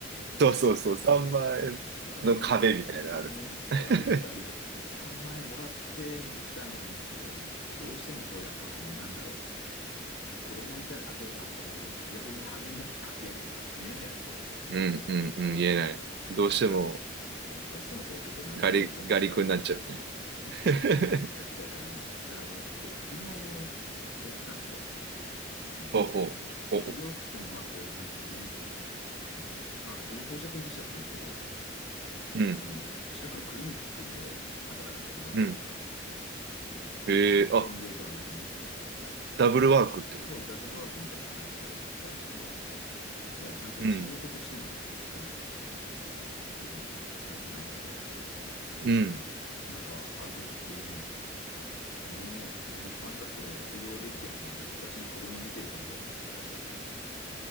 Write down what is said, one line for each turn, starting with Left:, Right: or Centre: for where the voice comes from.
Right: そうそうそう、3万円の壁みたいなのあるんです
Left: 3万円ね。そう、あります、
Right: ね。
Left: あります。で3万円もらってたのはいいんですけど、いや、どうしてもこう、やっぱこう、なんだろう。子供にじゃあ、例えば、こう、気軽にハーゲンダッツ買ってやるとか言えないじゃないですか。
Right: <laughs> うんうんうん、
Left: 3万円だと。
Right: 言えない。どうしても
Left: だから、そう、どうしてもこう、ちょっとなんかガリガリ君に行くか、
Right: ガリガリ君になっちゃうね。
Left: 今日はね。って
Right: <laughs>
Left: なっちゃうから、だから俺結構副業やってたんですよ。で、
Right: ほうほう。お、
Left: 副業っつってもまあこう、
Right: お
Left: なんですかね。あの、あ、自分放射線技師やってるんですけど、
Right: うん、
Left: その、近くのクリニックで働かせてもらったりとか、
Right: うん。
Left: その、
Right: ええあ、
Left: 仕事、本業とは別に、
Right: ダブルワークってこと。
Left: そう、ダブルワークみたいな感じでやらせてもらってて、だからちゃんと仕事としての副業ですね、
Right: うん、
Left: をやってたんですけど、
Right: うん。
Left: いや、なんかある時急に、この、おあんたそれ副業できてんの、私が子供見てるからだよねって言われて、